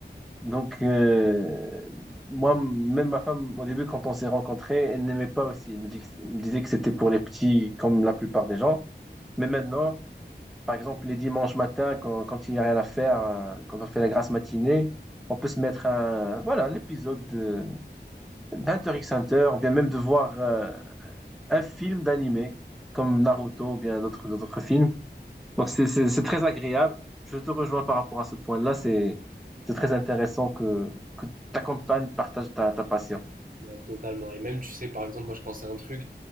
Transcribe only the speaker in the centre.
Donc, euh, moi, même ma femme, au début, quand on s'est rencontrés, elle n'aimait pas aussi. Elle me dit que- elle me disait que c'était pour les petits, comme la plupart des gens. Mais maintenant, Par exemple, les dimanches matins, quand, quand il n'y a rien à faire, euh, quand on fait la grasse matinée, on peut se mettre un, voilà, un épisode de- d'Hunter x Hunter, ou bien même de voir euh, un film d'animé, comme Naruto, ou bien d'autres d'autres films. Donc, c'est c'est- c'est très agréable. Je te rejoins par rapport à ce point-là. C'est c'est très intéressant que, que ta compagne partage ta, ta passion.